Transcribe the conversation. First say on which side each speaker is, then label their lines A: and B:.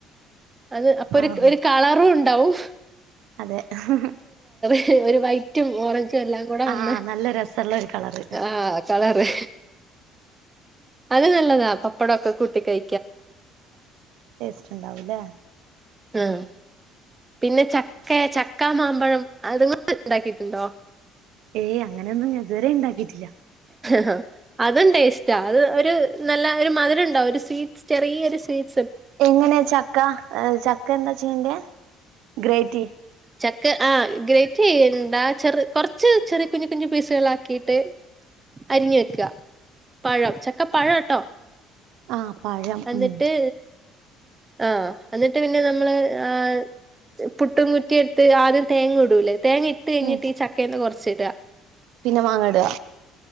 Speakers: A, on the right; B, on the right.
A: അത് അപ്പൊ ഒരു
B: ആഹ്
A: ഒരു കളറും ഉണ്ടാവും
B: അതെ ഹ് ഹ് ഹ്
A: ഹ് ഒരു വൈറ്റ് റ്റും ഓറഞ്ചും എല്ലാം കൂടെ വന്ന്
B: ആഹ് നല്ല രസള്ള ഒരു കളറ്
A: ആഹ് കളറ് അത് നല്ലതാ പപ്പടൊക്കെ കൂട്ടി കൈ
B: ടേസ്റ്റ് ണ്ടാവൂല്ലേ
A: ആഹ് പിന്നെ ചക്കെ ചക്കാ മാമ്പഴം അതുങ്ങൊണ്ടുണ്ടാകീട്ടുണ്ടോ
B: ഏയ് അങ്ങനെയൊന്നും ഞ ഇതുവരെ ഇണ്ടാക്കീട്ടില്ല
A: അഹ് അത് തുംടേസ്റ്റാ അത് ഒരു നല്ല ഒരു മധുരംണ്ടാവും ഒരു സ്വീറ്റ്സ് ചെറിയൊരു സ്വീറ്റ്
B: എങ്ങനെയ ചക്ക ചക്ക എന്താ ചെയ്യണ്ടെ ഗ്രൈറ്റിയ്യ്
A: ചക്ക ആഹ് ഗ്രേറ്റി ചെയ്യണ്ട ചെറ് കൊറച്ച് ചെറിയ കുഞ്ഞു കുഞ്ഞു പീസുകളാക്കിയിട്ട് അരിഞ്ഞു വെക്കുക പഴം ചക്ക പഴം ആട്ടോ
B: ആഹ് പഴം
A: എന്നിട്ട്
B: ഉം
A: ആഹ് എന്നിട്ട് പിന്നെ നമ്മള് ആ ച് പുട്ടുംകു റ്റിയെടുത്ത് ആദ്യം തേങ്ങ ഇടൂലേ തേങ്ങ ഇട്ട് കഴിഞ്ഞിട്ട്
B: ഉം
A: ഈ ചക്കേന്ന് കൊറച്ച് ട്അ
B: പിന്നെ മാങ്ങഇടുക